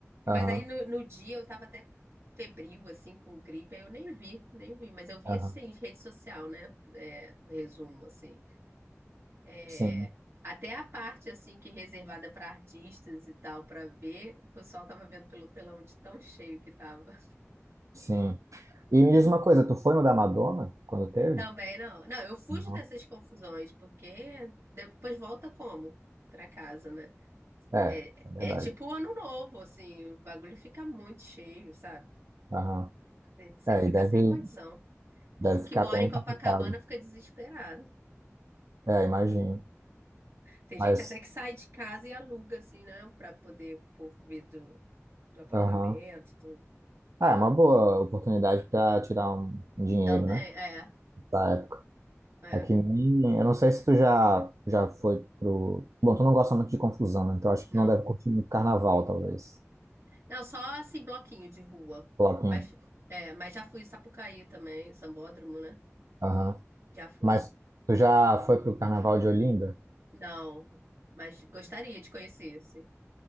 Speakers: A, on the right (about 85°); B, on the right (about 55°).
A: Aham,
B: Mas aí no, no dia eu tava até febril, assim, com gripe, aí eu nem vi, nem vi, mas eu vi,
A: aham.
B: assim, rede social, né? É, resumo, assim. É,
A: Sim,
B: até a parte, assim, que reservada pra artistas e tal, pra ver, o pessoal tava vendo pelo telão de tão cheio que tava. <laughs>
A: sim. E me diz uma coisa, tu foi no da Madonna quando teve?
B: Também não. Não, eu fujo
A: Não.
B: dessas confusões, porque depois volta como? Pra casa, né?
A: É,
B: É,
A: é verdade.
B: é tipo o ano novo, assim, o bagulho fica muito cheio, sabe?
A: Aham.
B: É, Você
A: É,
B: fica
A: e deve,
B: sem condição. O
A: deve
B: povo que
A: ficar
B: mora
A: bem
B: em Copacabana
A: complicado.
B: fica desesperado.
A: É, imagino.
B: Tem
A: Mas,
B: gente até que sai de casa e aluga, assim, né? Pra poder o povo vir do, do apartamento
A: aham.
B: e tudo.
A: Ah, é uma boa oportunidade para tirar um um dinheiro,
B: Também,
A: né?
B: é,
A: Da época.
B: é.
A: É que nem. Eu não sei se tu já, já foi pro. Bom, tu não gosta muito de confusão, né? Então acho que
B: Não.
A: tu não deve curtir muito carnaval, talvez.
B: Não, só assim, bloquinho de rua.
A: Coloquinho.
B: Mas, é, mas já fui em Sapucaí também, Sambódromo, né?
A: Aham.
B: Já fui.
A: Mas tu já foi pro carnaval de Olinda?
B: Não, mas gostaria de conhecer, assim,